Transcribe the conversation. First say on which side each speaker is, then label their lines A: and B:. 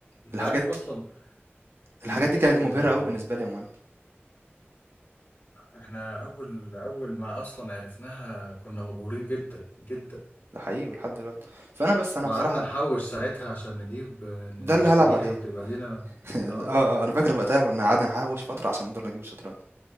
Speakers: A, on the left; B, on the right.
A: انت
B: الحاجات
A: عارف اصلا ان
B: الحاجات
A: في
B: دي كانت مُبهِرة
A: آه،
B: أوي بالنسبة لي يا مهند،
A: احنا اول اول ما اصلا عرفناها كنا مبهورين جدا جدا
B: ده حقيقي ولحد دلوقتي. فأنا بس
A: وقعدنا
B: أنا بصراحة
A: نحوش ساعتها عشان نجيب آه، ن-
B: ده اللي
A: نشتريها
B: هالعب عليه.
A: وتبقى لينا
B: <laughs>
A: اه
B: آه، آه، أنا فاكر وقتها كنا قعدنا نحوِّش فترة عشان نقدر نجيب الشطرنج.